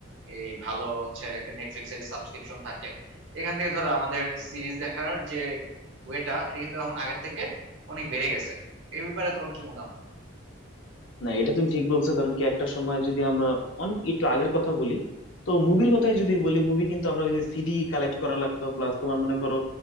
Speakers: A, on the right (about 70°); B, on the left (about 70°).
A: এই ভালো হচ্ছে একটা নেটফ্লিক্স এর সাবস্ক্রিপশন থাকে এখান থেকে ধরো আমাদের সিরিজ দেখার যে ওয়েটা এটা কিন্তু এখন আগের থেকে অনেক বেড়ে গেছে এই ব্যাপারে তোমার কি মতামত
B: না এটা তুমি ঠিক বলছো কারণ কি একটা সময় যদি আমরা অনেক একটু আগের কথা বলি তো মুভির কথাই যদি বলি মুভি কিন্তু আমরা ওই যে সিডি কালেক্ট করা লাগতো প্লাস তোমার মনে করো